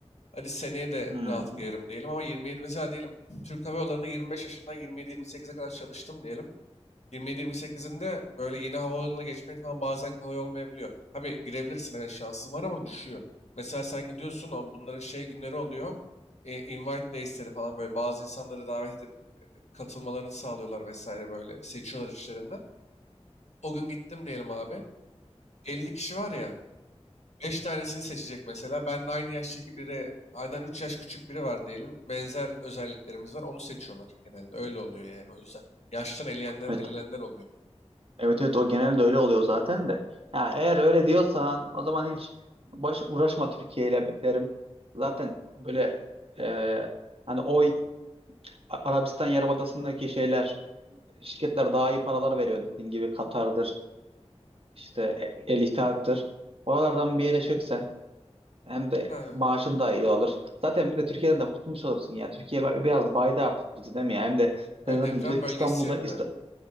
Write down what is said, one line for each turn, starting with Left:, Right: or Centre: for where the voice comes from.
Left: Hadi seneye de
Right: Hmm.
Left: rahat girerim diyelim ama 27 mesela diyelim. Türk Hava Yolları'nda 25 yaşından 27-28'e kadar çalıştım diyelim. 27-28'inde böyle yeni havayoluna geçmek falan bazen kolay olmayabiliyor. Tabii girebilirsin evet şansın var ama düşüyor. Mesela sen gidiyorsun o- bunların şey günleri oluyor. E, invite days'leri falan böyle bazı insanları davet katılmalarını sağlıyorlar vesaire böyle. Seçiyorlar içlerinden. O gün gittim diyelim abi. 50 kişi var ya. 5 tanesini seçecek mesela. Ben de aynı yaştaki biri, aynen 3 yaş küçük biri var diyelim. Benzer özelliklerimiz var. Onu seçiyorlar genelde. Öyle oluyor yani. O yüzden yaştan eleyenler,
Right: Evet,
Left: elenenler oluyor.
Right: Evet evet o genelde öyle oluyor zaten de. Ya eğer öyle diyorsan o zaman hiç baş uğraşma Türkiye ile derim. Zaten böyle e, hani oy A- Arabistan Yarımadası'ndaki şeyler şirketler daha iyi paralar veriyor dediğin gibi Katar'dır işte E- El İttihat'tır. Oralardan bir yere çöksen hem de
Left: Ha,
Right: maaşın da iyi olur. Zaten bir de Türkiye'den de kurtulmuş olursun ya. Türkiye bi- biraz baydı artık bizi değil mi ya? Hem de
Left: ev
Right: sen zaten
Left: deprem
Right: bir de
Left: bölgesi
Right: İstanbul'da
Left: ya
Right: İsta-
Left: bir de.